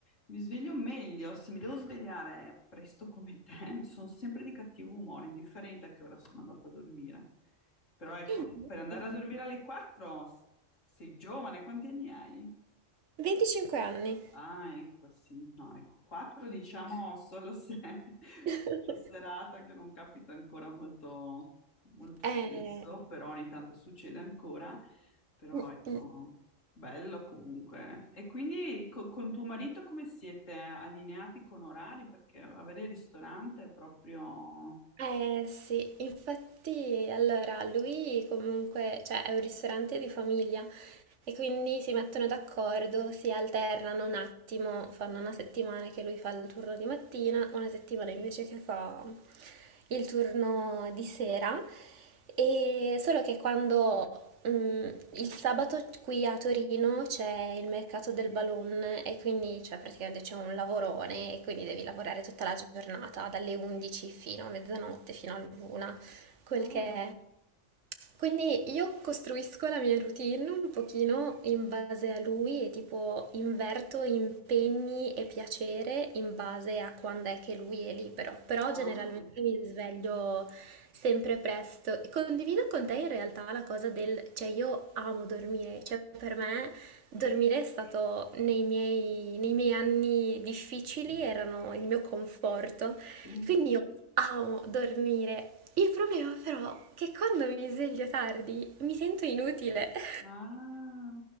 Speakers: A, on the left; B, on the right.
A: mi sveglio meglio. Se mi devo svegliare presto come te, <laughs> sono sempre di cattivo umore, indifferente a che ora sono andata a dormire. Però ecco,
B: Esatto.
A: per andare a dormire alle 4 sei giovane, quanti anni hai?
B: 25 anni.
A: Ah, ecco, sì, no, ecco, quattro diciamo solo se <laughs> faccio
B: <laughs>
A: serata che non capita ancora molto, molto
B: Eh,
A: spesso, però ogni tanto succede ancora, però
B: mm,
A: ecco,
B: mm.
A: bello comunque. E quindi co- con tuo marito come siete allineati con orari? Perché avere il ristorante è proprio...
B: Eh, sì, infatti, allora, lui comunque, cioè, è un ristorante di famiglia e quindi si mettono d'accordo, si alternano un attimo, fanno una settimana che lui fa il turno di mattina, una settimana invece che fa il turno di sera E solo che quando mm, il sabato qui a Torino c'è il mercato del balloon e quindi cioè, praticamente c'è un lavorone e quindi devi lavorare tutta la giornata, dalle 11 fino a mezzanotte, fino all'una, quel
A: Ah,
B: che è. Quindi io costruisco la mia routine un pochino in base a lui e tipo inverto impegni e piacere in base a quando è che lui è libero, però
A: ah,
B: generalmente mi sveglio sempre presto. E Condivido con te in realtà la cosa del, cioè io amo dormire, cioè per me Dormire è stato nei miei, nei miei anni difficili, erano il mio conforto,
A: sì.
B: quindi io
A: <laughs>
B: amo dormire. Il problema però è che quando mi sveglio tardi mi sento inutile. <laughs>
A: Ah,